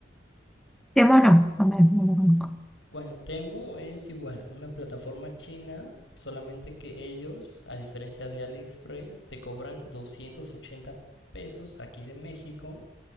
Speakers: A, in the centre; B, on the left (about 70°).
A: De mono, no me, no lo conozco.
B: Bueno, Temu es igual, una plataforma china, solamente que ellos, a diferencia de AliExpress, te cobran 280 pesos aquí de México